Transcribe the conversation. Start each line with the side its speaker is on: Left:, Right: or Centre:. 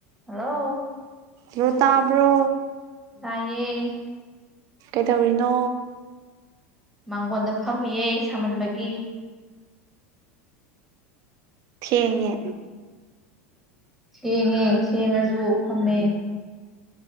Centre: Hello
Right: ꯂꯣ ꯇꯥꯕ꯭ꯔꯣ
Centre: ꯇꯥꯏꯌꯦ
Right: ꯀꯩꯗꯧꯔꯤꯅꯣ
Centre: ꯃꯥꯡꯒꯣꯟꯗ ꯐꯥꯔꯨꯌꯦ ꯁꯍꯟꯕꯒꯤ
Right: ꯊꯦꯡꯉꯦ
Centre: ꯊꯦꯡꯉꯦ ꯊꯦꯡꯉꯁꯨ ꯐꯝꯃꯦ